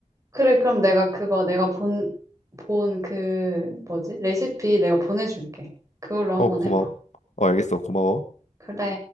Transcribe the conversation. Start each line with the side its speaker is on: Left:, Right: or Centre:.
Right: 그래, 그럼 내가 그거 내가 본, 본 그, 뭐지? 레시피 내가 보내줄게. 그걸로 한번
Left: 어, 고마워.
Right: 해봐.
Left: 어, 알겠어. 고마워.
Right: 그래.